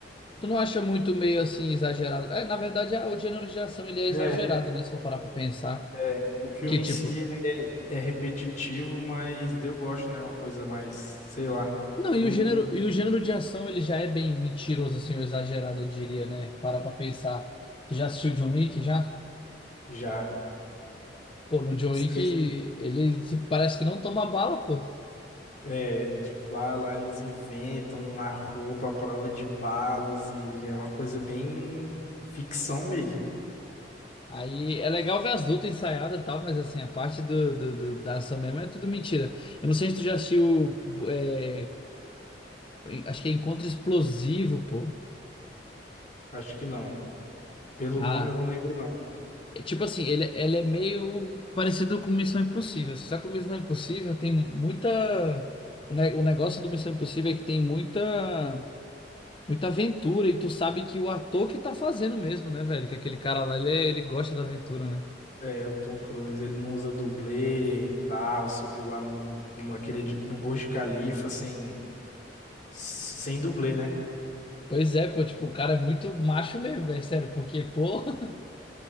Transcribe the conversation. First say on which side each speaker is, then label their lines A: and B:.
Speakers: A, on the left; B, on the left.
A: Tu não acha muito meio assim exagerado? É, na verdade, a- o gênero de ação ele é exagerado,
B: É,
A: né? Se for parar pra pensar.
B: é. O filme
A: Que tipo,
B: em si é é repetitivo, mas eu gosto, né? Uma coisa mais, sei lá,
A: Não, e
B: do
A: o gênero, e o gênero de ação ele já é bem mentiroso, assim, ou exagerado, eu diria, né? Para pra pensar. Tu já assistiu John Wick já?
B: já.
A: Pô, no John
B: Os
A: Wick
B: três,
A: ele se- parece que não toma bala, pô.
B: é, tipo, lá, lá eles inventam a roupa à prova de balas e é uma coisa bem ficção mesmo.
A: Aí é legal ver as lutas ensaiadas e tal, mas assim, a parte do, do- do- da ação mesmo é tudo mentira. Eu não sei se tu já assistiu. é, acho que é Encontro Explosivo, pô.
B: Acho que não. Pelo
A: Ah,
B: nome eu não lembro, não.
A: É, Tipo assim, ele, ele é meio parecido com Missão Impossível. Só que o Missão Impossível tem muita. O, ne- o negócio do Missão Impossível é que tem muita, muita aventura. E tu sabe que o ator que tá fazendo mesmo, né, velho? Que aquele cara lá, ele, é- ele gosta da aventura, né?
B: É, o Tom Cruise, ele não usa dublê e tal, subiu lá no, no, aquele, edi- no Burj Khalifa sem, sem dublê, né?
A: Pois é, pô, tipo, o cara é muito macho mesmo, velho, sério, porque, pô, <laughs>